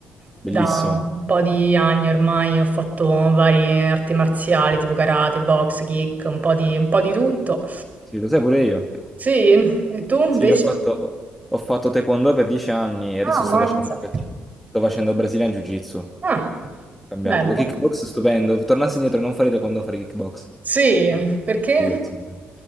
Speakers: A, on the right (about 35°); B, in the centre.
A: da
B: Bellissimo.
A: un po' di anni ormai, ho fatto varie arti marziali tipo karate, box, kick, un po' di, un po' di tutto.
B: Sì, lo sai pure io.
A: Sì, e tu invece?
B: Sì, ho fatto, ho fatto taekwondo per dieci anni e adesso
A: Ah, mazza.
B: sto facendo, sto facendo Brazilian Jiu-Jitsu.
A: Ah,
B: Cambiato.
A: bello.
B: Poi kickbox stupendo. Tornassi indietro non fare taekwondo, fare kickbox.
A: Sì, perché?
B: Sì, attenzione.